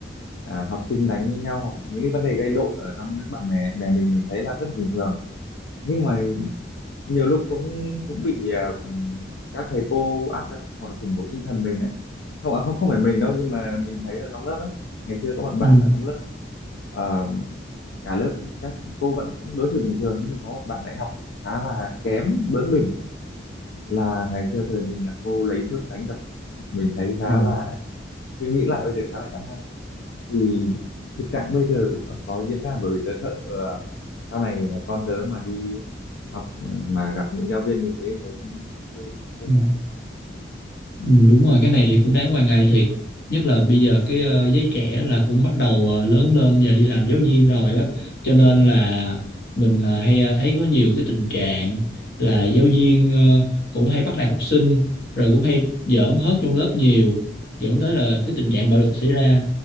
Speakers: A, on the left (about 75°); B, on the left (about 55°).
A: à, học sinh đánh với nhau hoặc là những cái vấn đề gây lộn ở trong các bạn bè bè mình mình thấy là rất là bình thường. Nhưng mà nhiều lúc cũng cũng bị à, các thầy cô áp đặt hoặc là khủng bố tinh thần mình đấy không à, không không phải mình đâu nhưng mà mình thấy ở trong lớp ấy ngày xưa có một bạn
B: ừ
A: ở trong lớp ờ, cả lớp các cô vẫn đối xử bình thường nhưng mà có một bạn đại học khá là kém bướng bỉnh là ngày xưa thời mình là cô lấy thước đánh đập mình thấy khá
B: Ờ,
A: là suy nghĩ lại bây giờ khá là chán nản thì thực trạng bây giờ còn có diễn ra bởi vì tớ sợ ờ, sau này con tớ mà đi học mà gặp những giáo viên như thế tớ cũng hơi hơi
B: ừ.
A: ngại
B: Ừ, đúng rồi cái này thì cũng đáng quan ngại thiệt nhất là bây giờ cái ờ, giới trẻ là cũng bắt đầu ờ, lớn lên và đi làm giáo viên rồi á cho nên là mình ờ, hay ờ, thấy có nhiều cái tình trạng là giáo viên ờ, cũng hay bắt nạt học sinh rồi cũng hay giỡn hớt trong lớp nhiều dẫn tới là cái tình trạng bạo lực xảy ra